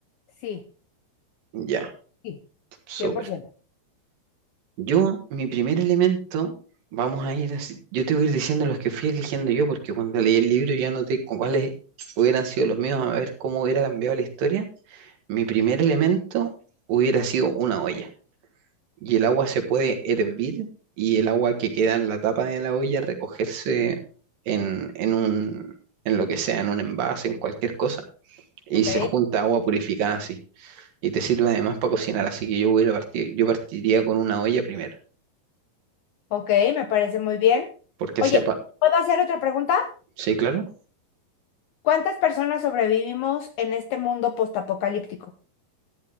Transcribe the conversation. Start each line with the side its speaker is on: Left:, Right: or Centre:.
Left: Sí,
Right: Ya,
Left: sí,
Right: súper.
Left: cien por ciento
Right: Yo, mi primer elemento, vamos a ir así. Yo te voy a ir diciendo los que fui eligiendo yo, porque cuando leí el libro ya noté cu- cuáles hubieran sido los míos, a ver cómo hubiera cambiado la historia. Mi primer elemento hubiera sido una olla. y el agua se puede hervir y el agua que queda en la tapa de la olla recogerse en, en un, en lo que sea, en un envase, en cualquier cosa, y
Left: Ok,
Right: se junta agua purificada así. Y te sirve además para cocinar, así que yo hubiera parti- yo partiría con una olla primero,
Left: ok, me parece muy bien.
Right: porque
Left: Oye,
Right: sea pa-
Left: ¿puedo hacer otra pregunta?
Right: ¿Sí, claro?
Left: ¿Cuántas personas sobrevivimos en este mundo postapocalíptico?